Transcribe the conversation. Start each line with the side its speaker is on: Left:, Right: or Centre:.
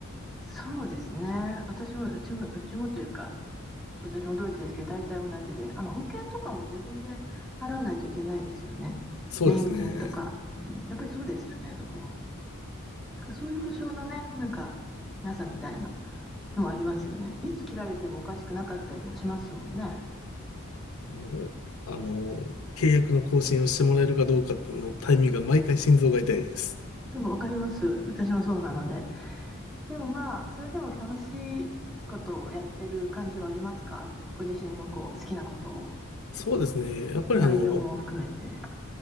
Centre: そうですね。私も、うちも、うちもというか、私もドイツですけど、大体同じで、あの保険とかも自分で払わないといけないですよね。
Left: そうですね。
Centre: 年金とか。うん、やっぱりそうですよね、どこも。だからそういう保証のね、なんか、なさみたいなのはありますよね。いつ切られてもおかしくなかったりもしますもんね。
Left: もう、あの、契約の更新をしてもらえるかどうかのタイミングが毎回心臓が痛いです。
Centre: そう、わかります。私もそうなので。でもまあ、それでも楽しいことをやってる感じはありますかご自身のこう好きなことを、
Left: そうですね。やっぱりあの、
Centre: 内容も含めて。